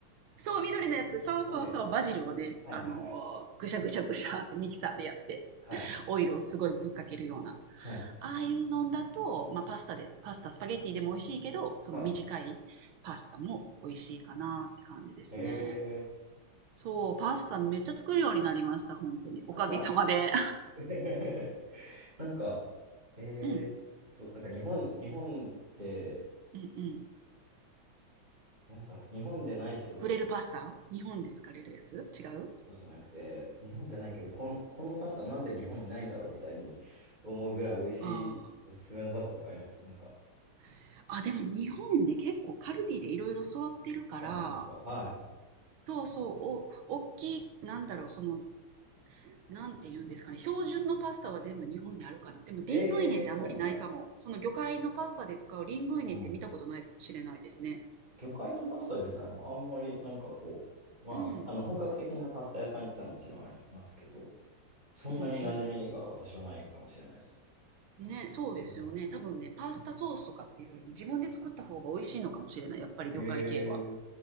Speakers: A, on the right; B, on the right.
A: そう、緑のやつ。そうそうそう。
B: はい。
A: バジルをね、
B: はいはいはい。
A: あのーぐしゃぐしゃぐしゃってミキサーでやって、
B: はい。
A: オイルをすごいぶっかけるような。
B: はい。
A: ああいうのんだと、まあ、パスタで、パスタ、スパゲッティでも美味しいけど、その短いパスタも美味しいかなって感じですね。
B: はいへえ。
A: そう、パスタめっちゃ作るようになりました、本当に。おかげさまで。
B: なんか <laughs> なんか、えーっと、
A: <laughs> うん。
B: なんか日本、日本で、
A: うんうん。
B: なんだろう、日本でないけど、
A: 作れるパスタ日本で作れるやつ違う
B: そうじゃなくて、日本でないけど、こん、このパスタなんで日本にないんだろうみたいに思うぐらい美味しいおすすめのパスタとかありますなんか。
A: ああー。あ、でも日本ね、結構カルディでいろいろ揃ってるから、
B: あ、マジですかはい。
A: そうそう、お、おっきい、なんだろう、その、なんて言うんですかね、標準のパスタは全部日本にあるかな。でも、リングイネってあんまりないかも。
B: ええーそうなんだ。
A: その魚介のパスタで使うリングイネって見たことないかもしれないですね。
B: うん。魚介のパスタ自体もあんまり、なんかこう、まあ、
A: うん。
B: あの、本格的なパスタ屋さん行ったらもちろんありますけど、そんなに馴染みが私はないかもしれないです。
A: うんうん。ね、そうですよね。
B: うん。
A: 多分ね、パスタソースとかっていうよりも自分で作った方が美味しいのかもしれない。やっぱり魚介系は。
B: へえ。